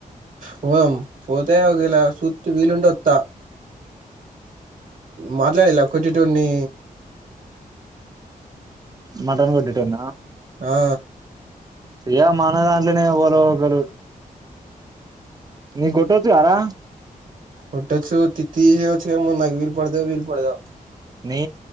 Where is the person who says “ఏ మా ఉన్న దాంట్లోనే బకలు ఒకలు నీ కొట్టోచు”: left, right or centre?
Right